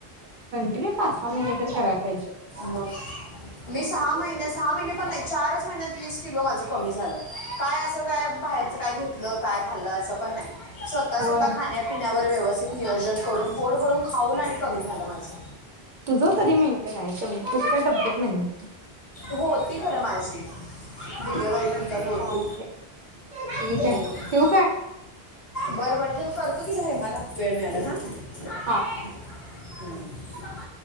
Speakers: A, on the right; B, on the left.
A: <unintelligible> पाच सहा महिने तरी करायला पाहिजेच.
B: मग मी सहा महिने सहा महिने पण नाय, चारच महिन्यात वीस किलो माझं कमी झालं. काय असं काय बाहेरच काय घेतलं, काय खाल्लं असं पण नाय. स्वतः स्वतः
A: होय
B: खाण्यापिण्यावर व्यवस्थित नियोजन करून पोट भरून खाऊन आणि कमी झालं माझं.
A: तुझं तरी मेंटेन आहे तुझी काय तब्येत नाहीये
B: होती खरं माझी, डिलिवारीनंतर होती.
A: चालतंय ठीक
B: अं
A: आहे ठेवू काय
B: बर बर ठेव, करतो तिला हेमाला वेळ मिळाल्यावर हा. हं.
A: हा